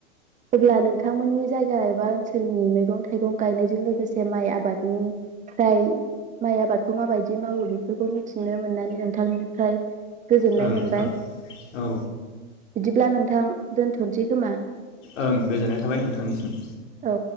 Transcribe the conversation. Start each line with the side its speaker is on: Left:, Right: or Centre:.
Right: अब्ला नोंथांमोननि जायगा एबा ओनसोलनि मैगं थाइगं गायनायजों लोगोसे माइ आबादनिफ्राय माइ आबादखौ माबायदि मावो बेफोरखौ मिथिनो मोननानै नोंथांनिफ्राय गोजोननाय
Left: ओं
Right: मोनबाय
Left: ओं औ
Right: बिदिब्ला नोंथां दोनथ'नोसै खोमा
Left: ओं गोजोननाय थाबाय नोंथांनिसिम
Right: औ